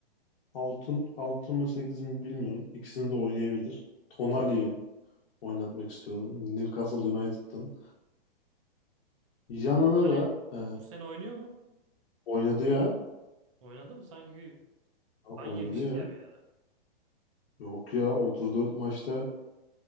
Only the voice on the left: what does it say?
altın altın mı 8 mi bilmiyorum. İkisini de oynayabilir. Tonali oynatmak istiyorum. Newcastle United'ın. Yanına
da e,
oynadı ya.
Ha, Oynadı
ya.
Yok ya 34 maçta